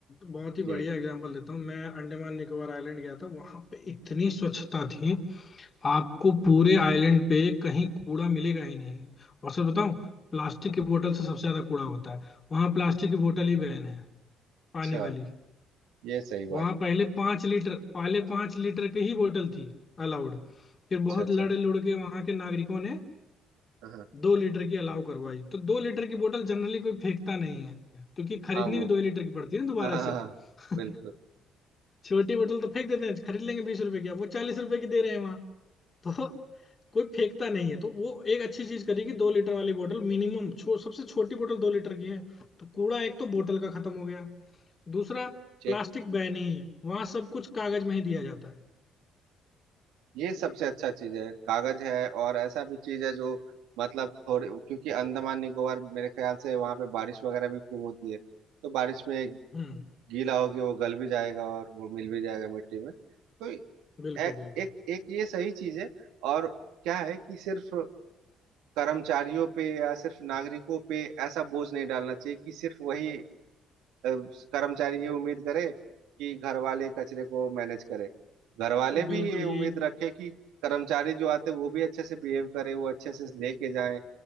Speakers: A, on the left; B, on the right.
A: बहुत ही
B: जी
A: बढ़िया एग्जांपल देता हूँ मैं अंडमान निकोबार आइलैंड गया था वहां पे इतनी स्वच्छता थी आपको पूरे आइलैंड पे कहीं कूड़ा मिलेगा ही नहीं और सर बताऊं प्लास्टिक
B: हम्म,
A: की बोतल से सबसे ज्यादा कूड़ा होता है वहां प्लास्टिक की बोतल ही बैन है पानी
B: अच्छा
A: वाली
B: ये सही
A: वहां
B: बात
A: पहले पांच लीटर पहले पांच लीटर की ही बोतल थी अलाउड फिर
B: अच्छा
A: बहुत
B: अच्छा
A: लड़ लुड़ के वहां के नागरिकों ने
B: हाँ हाँ
A: दो लीटर की अलाउ करवाई तो दो लीटर की बोतल जनरली कोई फेंकता नहीं है क्योंकि खरीदनी
B: हाँ, वो
A: भी दो ही लीटर की पड़ती है ना दोबारा
B: हाँ हाँ हाँ,
A: से
B: हाँ,
A: <laughs>
B: बिल्कुल
A: छोटी बोतल तो फेंक देते हैं खरीद लेंगे बीस रुपए की अब वो चालीस रुपए की दे रहे हैं वहां <laughs> तो कोई फेंकता नहीं है तो वो एक अच्छी चीज करी कि दो लीटर वाली बोतल मिनिमम छो, सबसे छोटी बोतल दो लीटर की है तो कूड़ा एक तो बोतल का खत्म हो गया दूसरा
B: ठीक
A: प्लास्टिक बैन ही है वहां सब कुछ कागज में ही दिया जाता है
B: ये सबसे अच्छा चीज है कागज है और ऐसा भी चीज है जो मतलब थोड़े क्योंकि अंडमान निकोबार मेरे ख्याल से वहां पे बारिश वगैरह भी खूब होती है तो बारिश में
A: हम्म
B: गीला होगी वो गल भी जाएगा और वो मिल भी जाएगा मिट्टी में तो ए,
A: बिल्कुल बिल्कुल
B: एक एक ये सही चीज है और क्या है कि सिर्फ कर्मचारियों पे या सिर्फ नागरिकों पे ऐसा बोझ नहीं डालना चाहिए कि सिर्फ वही अ, कर्मचारी ये उम्मीद करे कि घर वाले कचरे को मैनेज करे घर वाले भी
A: बिल्कुल
B: ये
A: ये
B: उम्मीद रखे कि कर्मचारी जो आते हैं वो भी अच्छे से बिहेव करे वो अच्छे से लेके जाए